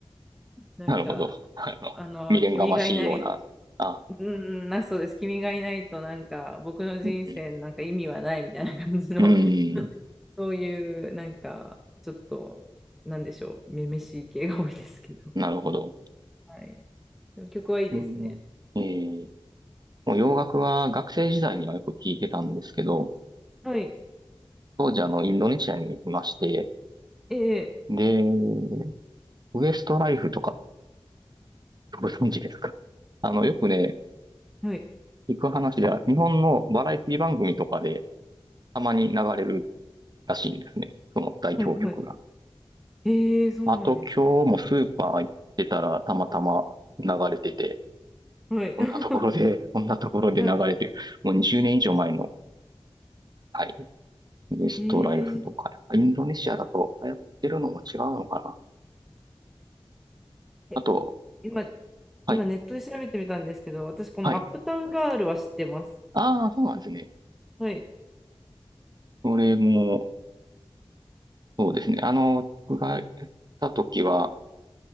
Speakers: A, in the centre; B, on the right (about 45°).
A: なんか、
B: なるほど。あの、
A: あの、
B: 未練がましいような。
A: 君がいない
B: あ、
A: うん、な、そうです。君がいないと、なんか、僕の人生なんか意味はないみたいな感じの、
B: うん。うん。
A: <laughs> そういう、なんか、ちょっと、なんでしょう、めめしい系が多いですけど。
B: なるほど。
A: はい。でも曲はいいですね。
B: うん。えー、もう洋楽は学生時代にはよく聞いてたんですけど、
A: はい。
B: 当時あの、インドネシアにいまして、
A: ええ
B: で、ウエストライフとかご存知ですかあの、よくね、
A: はい。
B: 聞く話では、日本のバラエティ番組とかでたまに流れるらしいんですね。その代表曲が。
A: はい、はい。ええそうなんですね。
B: まあと今日もスーパー行ってたらたまたま流れてて、
A: はい。
B: こんなところで、
A: <laughs>
B: こんなところで流れてる、
A: はい。
B: もう20年以上前の、はい、ウエストライフとか、
A: ええ
B: やっぱインドネシアだと流行ってるのも違うのかな。
A: え
B: あと、
A: 今、
B: はい、
A: 今ネットで調べてみたんですけど、私、このアップタウンガールは知ってます。
B: はい。ああ、そうなんですね。
A: はい。
B: これも、そうですね。あの、僕が行った時は、